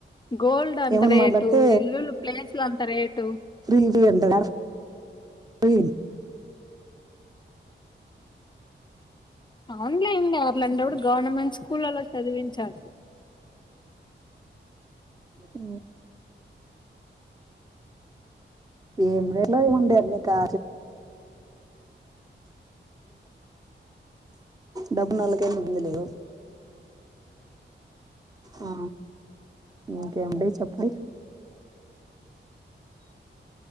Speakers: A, on the left; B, on the right.
A: గోల్డ్ అంత
B: ఏమని
A: రేటు
B: మాట్లాడితే
A: ఇలులుు ప్లేస్లు అంత రేటు
B: ఫ్రీ ఎంతీ ఫ్రీ
A: అవునులే అండి అట్లంటపుడు గవర్నమెంట్ స్కూళ్లలో చదివించాలి
B: హు ఏరేలో ఉండే అన్ని కా డబ్బు నోలుకైన ఇబ్బంది లేదు ఆ ఇంకేమండి చెప్పిడి